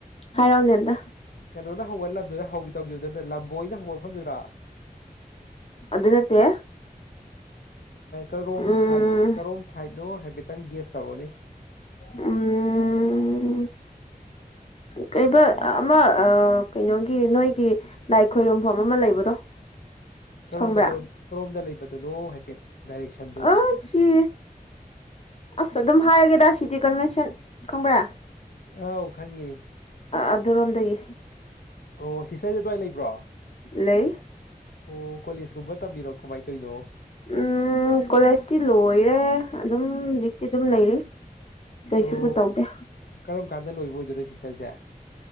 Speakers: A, on the left (about 45°); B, on the left (about 90°).
A: ꯍꯥꯏꯔꯥꯎꯅꯦ ꯑꯝꯇ
B: ꯀꯩꯅꯣꯅ ꯍꯧꯕ ꯂꯝꯗꯨꯗ ꯍꯧꯈꯤ ꯇꯧꯈꯤꯕꯗꯨꯅ ꯂꯝꯕꯣꯏꯅ ꯍꯧꯕ ꯃꯐꯝꯗꯨꯔ
A: ꯑꯗꯨ ꯅꯠꯇꯦ
B: ꯀꯔꯣꯝ
A: ꯎꯝ
B: ꯁꯥꯏꯠ ꯀꯔꯣꯝ ꯁꯥꯏꯠꯅꯣ ꯍꯥꯏꯐꯦꯠꯇꯪ ꯒꯦꯁ ꯇꯧꯔꯑꯣꯅꯦ
A: ꯎꯝ
B: <inaudible>
A: ꯀꯩꯕ ꯑꯃ ꯀꯩꯅꯣꯒꯤ ꯅꯣꯏꯒꯤ ꯂꯥꯏ ꯈꯣꯏꯔꯨꯝꯐꯝ ꯑꯃ ꯂꯩꯕꯗꯣ
B: ꯀꯔꯣꯝꯗ
A: ꯈꯪꯕ꯭ꯔꯥ
B: ꯀꯔꯣꯝꯗ ꯀꯔꯣꯝꯗ ꯂꯩꯕꯗꯨꯅꯣ ꯍꯥꯏꯐꯦꯠ ꯗꯥꯏꯔꯦꯛꯁꯟꯗꯣ
A: ꯑꯆꯤ ꯑꯁ ꯑꯗꯨꯝ ꯍꯥꯏꯔꯒꯦꯗ ꯁꯤꯇꯤ ꯀꯟꯚꯦꯟꯁꯟ ꯈꯪꯕ꯭ꯔꯥ
B: ꯑꯥꯎ ꯈꯪꯉꯤ
A: ꯑꯗꯨꯔꯣꯝꯗꯒꯤ
B: ꯑꯣ ꯁꯤꯁꯇꯔꯖꯦ ꯑꯗꯨꯋꯥꯏ ꯂꯩꯕ꯭ꯔꯣ
A: ꯂꯩ
B: ꯑꯣ ꯀꯣꯂꯦꯖꯀꯨꯝꯕ ꯇꯝꯕꯤꯔꯣ ꯀꯃꯥꯏꯅ ꯇꯧꯔꯤꯅꯣ
A: ꯎꯝ ꯀꯣꯂꯦꯖꯇꯤ ꯂꯣꯏꯔꯦ ꯑꯗꯨꯝ ꯍꯧꯖꯤꯛꯇꯤ ꯑꯗꯨꯝ ꯂꯩꯔꯤ ꯀꯩꯁꯨꯕꯨ
B: ꯑꯣ
A: ꯇꯧꯗꯦ
B: ꯀꯔꯝ ꯀꯥꯟꯗ ꯂꯣꯏꯕ ꯑꯣꯏꯗꯣꯏꯅꯣ ꯁꯤꯁꯇꯔꯁꯦ